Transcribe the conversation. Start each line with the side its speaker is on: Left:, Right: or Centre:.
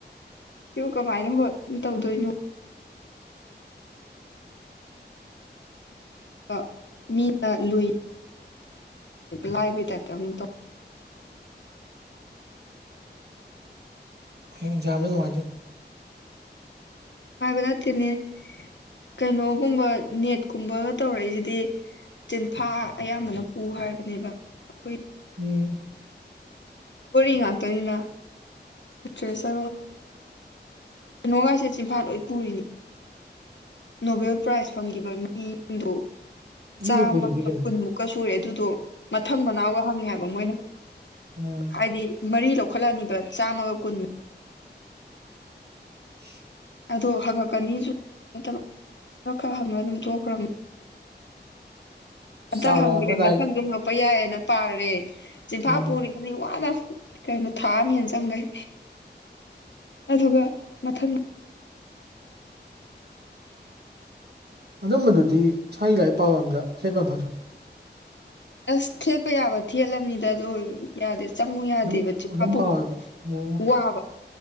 Left: ꯁꯤꯕꯨ ꯀꯃꯥꯏꯅ ꯍꯣ ꯇꯧꯗꯣꯏꯅꯣ ꯀ ꯃꯤꯅ ꯂꯨꯏ ꯂꯥꯏꯕꯩ ꯇꯥꯏꯞꯇ ꯑꯨ ꯇꯧ
Right: ꯍ ꯑꯦꯟꯖꯥꯝꯗ ꯅꯨꯡꯉꯥꯏꯖ
Left: ꯍꯥꯏꯕ ꯅꯠꯇꯦꯅꯦ ꯀꯩꯅꯣꯒꯨꯝꯕ ꯅꯦꯠꯀꯨꯝꯕꯒ ꯇꯧꯔꯛꯏꯁꯤꯗꯤ ꯆꯦꯟꯐꯥ ꯑꯌꯥꯝꯕꯅ ꯄꯨ ꯍꯥꯏꯕꯅꯦꯕ ꯑꯩꯈꯣꯏ
Right: ꯎꯝ
Left: ꯊꯣꯔꯤ ꯉꯥꯛꯇꯅꯤꯅ ꯇ꯭ꯔꯦꯁ ꯀꯩꯅꯣꯒꯥꯁꯦ ꯆꯤꯟꯐꯥꯠ ꯂꯣꯏ ꯄꯨꯔꯤꯅꯤ ꯅꯣꯕꯦꯜ ꯄ꯭ꯔꯥꯏꯖ ꯐꯪꯈꯤꯕ ꯃꯤꯗꯣ
Right: ꯑꯗꯨꯗꯤ
Left: ꯆꯥꯝꯃꯒ
Right: ꯄꯨꯗꯗꯤ ꯀꯩꯅꯣ
Left: ꯀꯨꯟꯃꯨꯛ ꯀ ꯁꯨꯔꯦ ꯑꯗꯨꯗꯣ ꯃꯊꯪ ꯃꯅꯥꯎꯒ ꯍꯪꯉꯦ ꯍꯥꯏꯕ ꯃꯣꯏꯅ
Right: ꯎꯝ
Left: ꯍꯥꯏꯗꯤ ꯃꯔꯤ ꯂꯧꯈꯠꯂꯅꯤꯕ ꯆꯥꯝꯃꯒ ꯀꯨꯟ
Right: ꯎ
Left: ꯑꯗꯣ ꯍꯪꯉꯛꯀꯅꯤꯁꯨ ꯃꯇꯝ ꯈꯔ ꯈꯔ ꯍꯪꯉ ꯑꯗꯨꯝ ꯇꯣꯛꯈ꯭ꯔꯅꯤ ꯑꯝꯇ
Right: ꯆꯥꯎꯔꯛꯑꯒ
Left: ꯍꯪꯗ꯭ꯔꯦ
Right: ꯂꯥꯏꯔꯤꯛ
Left: ꯃꯊꯪꯗꯣ ꯍꯪꯛꯄ ꯌꯥꯏꯌꯦꯅ ꯄꯥꯔꯦ ꯆꯤꯐꯥ
Right: ꯎꯝ
Left: ꯄꯨꯔꯤ ꯑꯗꯩ ꯋꯥꯅ ꯀꯩꯅꯣ ꯊꯥ ꯑꯃ ꯍꯦꯟꯅ ꯆꯪꯈꯩ ꯑꯗꯨꯒ ꯃꯊꯪ
Right: ꯑꯗꯨꯝꯕꯗꯨꯗꯤ ꯁ꯭ꯋꯥꯏꯒꯤ ꯂꯥꯏꯔꯤꯛ ꯄꯥꯕ ꯑꯝꯗ ꯊꯦꯠꯄꯝ ꯐꯗ꯭ꯔꯣ
Left: ꯑꯁ ꯊꯦꯠꯄ ꯌꯥꯕ ꯊꯦꯠꯂꯝꯕꯅꯤꯗ ꯑꯗꯨ ꯑꯣꯏ ꯌꯥꯗꯦ ꯆꯪꯉꯨ ꯌꯥꯗꯦꯕ
Right: ꯑꯗꯨꯝ
Left: ꯆꯨꯃꯥ
Right: ꯑꯗꯨꯝ
Left: ꯄꯨ
Right: ꯀꯥꯎꯋꯦꯕ ꯑꯣ
Left: ꯋꯥꯕ